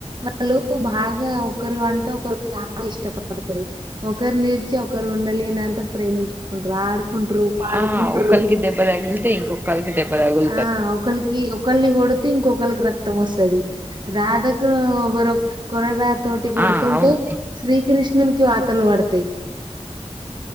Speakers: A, on the right; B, on the right.
A: వాళ్ళు బాగా ఒకరు అంటే ఒకరు చాలా ఇష్టపడతరు ఒకరు నీర్చి ఒకరు ఉండలేనంత ప్రేమించుకుం ఆడ్కుంట్రు పాడుకుంట్రు
B: ఆ ఒకలికి దెబ్బ తగిలితే ఇంకొకలికి దెబ్బ తగులుతది
A: ఆ ఒకళ్ళకి ఒకల్ని కొడుతే ఇంకొకరికి రక్ త్తమోస్తది రాధకు బర కూరగా తోటి కొడుతుంటే
B: ఆ అవును
A: శ్రీకృష్ణునికి వార్తలు పడతయి